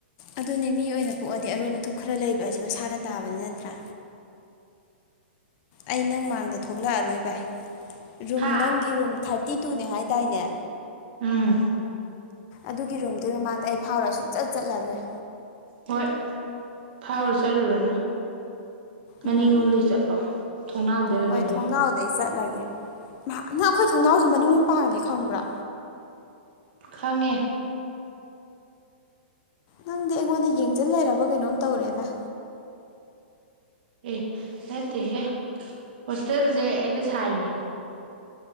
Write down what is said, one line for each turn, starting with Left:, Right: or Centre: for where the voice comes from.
Left: ꯑꯗꯨꯅꯦ ꯃꯤ ꯑꯣꯏꯅ ꯄꯣꯛꯑꯗꯤ ꯑꯔꯣꯟ ꯑꯊꯨꯝ ꯈꯔ ꯂꯩꯕ ꯑꯁꯤ ꯃꯁꯥꯅ ꯇꯥꯕꯅꯤ ꯅꯠꯇ꯭ꯔꯥ ꯑꯩ ꯅꯪ ꯃꯥꯡꯗ ꯊꯣꯛꯂꯛꯑꯔꯣꯏ ꯔꯨꯝ
Right: ꯍꯥ
Left: ꯅꯪꯒꯤ ꯔꯨꯝ ꯊꯥꯔꯇꯤ ꯇꯨꯅꯦ ꯍꯥꯏ ꯇꯥꯏꯅꯦ
Right: ꯑꯨꯝ
Left: ꯑꯗꯨꯒꯤ ꯔꯨꯝꯗꯨ ꯃꯃꯥꯡꯗ ꯑꯩ ꯐꯥꯎꯔ ꯁꯨꯛꯆꯠ ꯆꯠꯂꯔꯣꯏ
Right: ꯍꯣꯏ ꯐꯥꯎꯔ ꯆꯂꯨꯔꯅꯨ ꯃꯅꯤꯡꯂꯣꯝꯗꯩ
Left: ꯎꯝ
Right: ꯆꯠꯂꯣ ꯊꯣꯡꯅꯥꯎꯗꯩꯔ
Left: ꯍꯣꯏ
Right: ꯀꯩꯅꯣꯝꯃ
Left: ꯊꯣꯡꯅꯥꯎꯗꯩ ꯆꯠꯂꯒꯦ ꯅꯪ ꯑꯩꯈꯣꯏ ꯊꯣꯡꯅꯥꯎꯁꯨ ꯃꯅꯨꯡ ꯄꯥꯔꯂꯦ ꯈꯪꯕ꯭ꯔꯥ
Right: ꯈꯪꯉꯦ
Left: ꯅꯪꯗꯤ ꯑꯩꯉꯣꯟꯗ ꯌꯦꯡꯁꯤꯟ ꯂꯩꯔꯕ ꯀꯩꯅꯣꯝ ꯇꯧꯔꯦꯗ
Right: ꯑꯦ ꯅꯠꯇꯦꯍꯦ ꯍꯣꯁꯇꯦꯜꯁꯦ ꯑꯩꯅ ꯁꯥꯏꯅꯦ